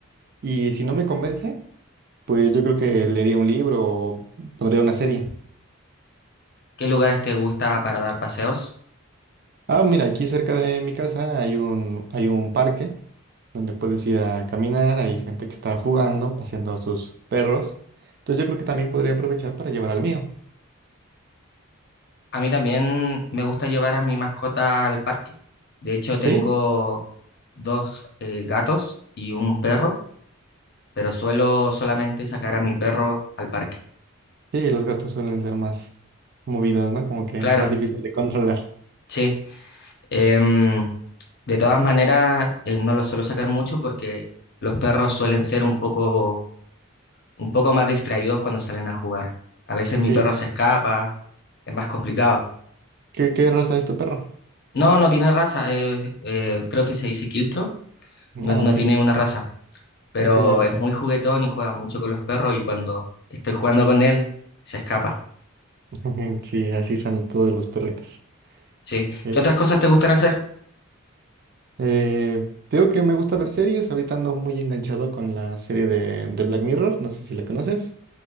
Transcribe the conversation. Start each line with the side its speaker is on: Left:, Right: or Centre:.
Right: y si no me convence, pues yo creo que leería un libro o pondría una serie.
Left: ¿Qué lugares te gusta para dar paseos?
Right: Ah, mira, aquí cerca de mi casa hay un, hay un parque. donde puedes ir a caminar, hay gente que está jugando, paseando a sus perros. Entonces yo creo que también podría aprovechar para llevar al mío.
Left: A mí también me gusta llevar a mi mascota al parque. De hecho, tengo
Right: ¿Sí?
Left: dos eh, gatos y un perro, pero suelo solamente sacar a mi perro al parque.
Right: Sí, los gatos suelen ser más movidos, ¿no? Como que
Left: Claro,
Right: más difícil de controlar.
Left: sí. Em, de todas maneras, eh, no los suelo sacar mucho porque los perros suelen ser un poco, un poco más distraídos cuando salen a jugar. A veces mi
Right: Sí.
Left: perro se escapa, es más complicado.
Right: ¿Qué, qué raza es tu perro?
Left: No, no tiene raza, eh, eh, creo que se dice quiltro, no,
Right: Ah,
Left: no
Right: ok.
Left: tiene una raza, pero
Right: Ok, ok.
Left: es muy juguetón y juega mucho con los perros y cuando estoy jugando con él se escapa.
Right: <laughs> Sí, así son todos los perritos.
Left: Sí.
Right: Es.
Left: ¿Qué otras cosas te gustan hacer?
Right: Eh, te digo que me gusta ver series. Ahorita ando muy enganchado con la serie de, de Black Mirror. No sé si la conoces.